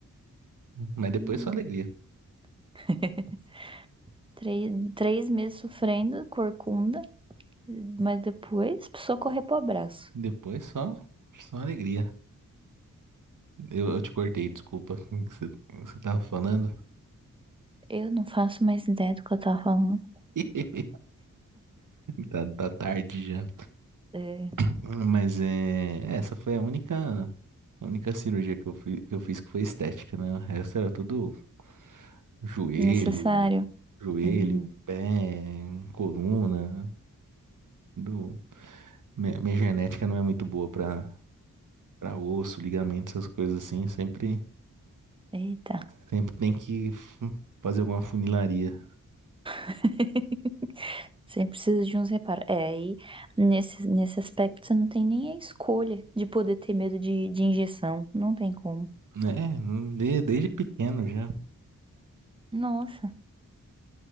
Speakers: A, on the right (about 65°); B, on the right (about 15°).
A: Mas depois
B: Hum.
A: só alegria.
B: <laughs> Três, três meses sofrendo, corcunda, mas depois só correr pro abraço.
A: Depois só, só alegria. Eu, eu te cortei, desculpa. <laughs> O que você, o que você tava falando?
B: Eu não faço mais ideia do que eu tava falando.
A: <laughs> Tá, tá tarde já.
B: É
A: <clears throat> Mas é, essa foi a única, a única cirurgia que eu, fui, que eu fiz que foi estética, né? O resto era tudo joelho,
B: necessário.
A: joelho,
B: Hum,
A: pé, coluna. Do, minha, minha genética não é muito boa pra, pra osso, ligamento, essas coisas assim. Sempre,
B: eita.
A: sempre tem que f- fazer alguma funilaria.
B: <laughs> Você precisa de uns reparos. É, aí nesse, nesse aspecto você não tem nem a escolha de poder ter medo de, de injeção. Não tem como.
A: É, de- desde pequeno já.
B: Nossa,